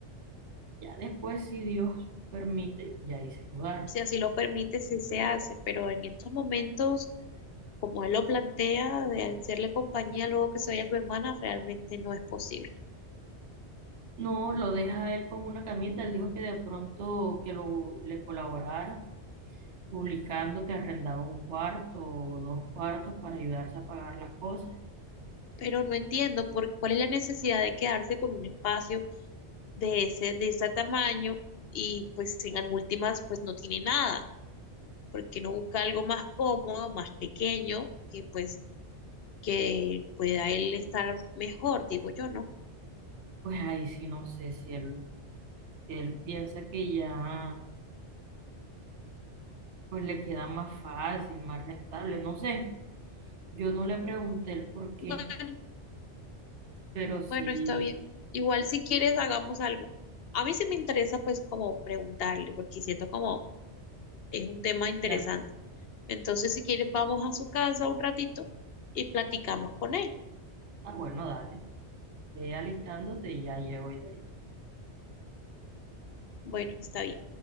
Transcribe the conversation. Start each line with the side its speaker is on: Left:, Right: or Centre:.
Right: Ya después, si Dios permite, ya hice mudar.
Left: si así lo permite, sí se hace, pero en estos momentos, como él lo plantea, de hacerle compañía luego que se vaya su hermana, realmente no es posible.
Right: No, lo deja él con una camita. Él dijo que de pronto que lo le colaborara publicando que arrendaba un cuarto o dos cuartos para ayudarse a pagar las cosas.
Left: Pero no entiendo por cuál es la necesidad de quedarse con un espacio de ese, de ese tamaño y pues en las últimas pues no tiene nada, porque no busca algo más cómodo, más pequeño, que pues que pueda él estar mejor, digo yo, ¿no?
Right: Pues ahí sí no sé si él, él piensa que ya pues le queda más fácil, más rentable, no sé. Yo no le pregunté el por qué,
Left: Bueno,
Right: pero sí,
Left: Bueno, está bien. Igual si quieres hagamos algo. A mí sí me interesa pues como preguntarle, porque siento como es un tema interesante.
Right: ya,
Left: Entonces, si quieres, vamos a su casa un ratito y platicamos con él.
Right: ah, bueno, dale, ve alistándote y ya llego yo.
Left: Bueno, está bien.